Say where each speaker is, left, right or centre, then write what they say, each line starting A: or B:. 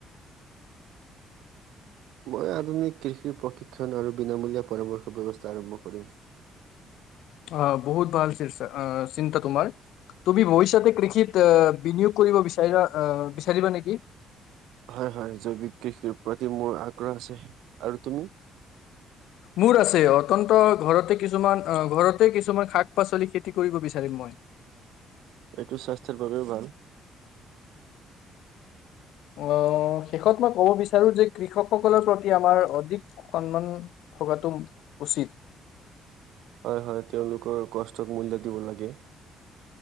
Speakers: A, on the right; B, on the left.
A: মই আধুনিক কৃষিৰ প্ৰশিক্ষণ আৰু বিনামূলীয়া পৰামৰ্শ ব্যৱস্থা আৰম্ভ কৰিম।
B: অ' বহুত ভাল <unintelligible> চিন্তা তোমাৰ তুমি ভৱিষ্যতে কৃষিত বিনিয়োগ কৰিব বিচাৰিবা, আহ, বিচাৰিবা নেকি।
A: হয়, হয়। জৈৱিক কৃষিৰ প্ৰতি মোৰ আগ্ৰহ আছে। আৰু তুমি?
B: মোৰ আছে ইহঁত অতন্ত ঘৰতে কিছুমান অ', ঘৰতেই কিছুমান শাক পাচলি খেতি বিচাৰিম মই।
A: সেইটো স্বাস্থ্যৰ বাবেও ভাল।
B: অ', শেষত মই ক'ব বিচ বিচাৰোঁ যে কৃষকসকলৰ প্ৰতি আমাৰ অধিক সন্মান থকাটো উচিত।
A: হয়, হয় তেওঁলোকৰ কষ্টক মূল্য দিব লাগে।